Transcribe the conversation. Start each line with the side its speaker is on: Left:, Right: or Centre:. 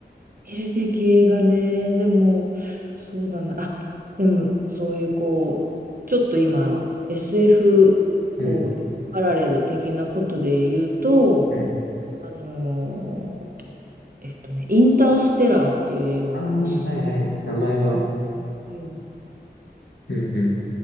Right: 見るべき映画ね。でも、そうだな。あ、でも、そういう、こう、ちょっと今、SF、
Left: な。
Right: こう、
Left: うん。
Right: パラレル的なことで言うと、
Left: うん。
Right: あのーえっとね、インターステラーっていう映画がおすす
Left: ああ、はいはい。名前は、
Right: めうん。め。
Left: うんう